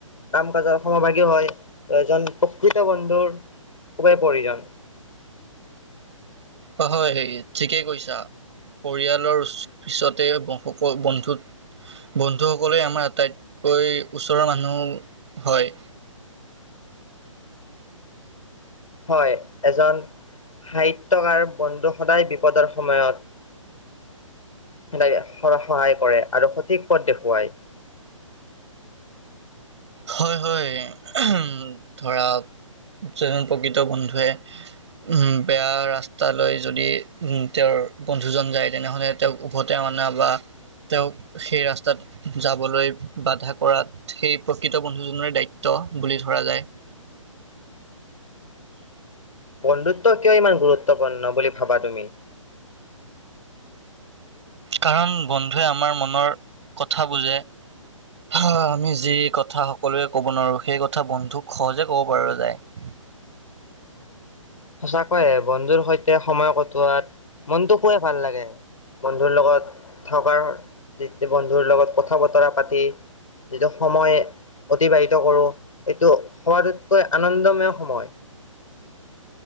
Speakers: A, on the left (about 75°); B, on the right (about 55°).
A: কাম কাজৰ সমভাগী হয় ত এজন প্ৰকৃত বন্ধুৰ খুবেই প্ৰয়োজন।
B: অ হয়ে ঠিকেই কৈছা পৰিয়ালৰ পিছতে সকল বন্ধুত বন্ধু সকলে আমাৰ আটাইতকৈ ওচৰৰ মানুহ হয়।
A: হয় এজন সাহিত্যৰ কাৰ বন্ধু সদায় বিপদৰ সময়ত সদায় সহায় কৰে আৰু সঠিক পথ দেখুৱায়
B: হয় হয় উম ধৰা এজন প্ৰকৃত বন্ধুৱে উম বেয়া ৰাস্তালৈ যদি উ তেওঁৰ বন্ধুজন যায় তেনেহলে তেওঁক উভতে অনা বা তেওঁক সেই ৰাস্তাত যাবলৈ বাধা কৰাত সেই কৃত বন্ধুজনৰ দায়িত্ব বুলি ধৰা যায়
A: বন্ধুত্ব কিয় ইমান গুৰুত্বপূৰ্ণ বুলি ভাবা তুমি?
B: কাৰণ বন্ধুৱে আমাৰ মনৰ কথা বুজে আমি যি কথা সকলোৱে ক'ব নোৱাৰো সেই কথা বন্ধুক সহজে কব পাৰ যায়।
A: সঁচাকৈয়ে বন্ধুৰ সৈতে সময় কটোৱাত মনটো খুবেই ভাল লাগে। বন্ধুৰ লগত থকাৰ যেতিয়া বন্ধুৰ লগত কথা বতৰা পাতি যেতিয়া সময় অতিবাহিত কৰোঁ এইটো সোৱাততকৈ আনন্দময় সময়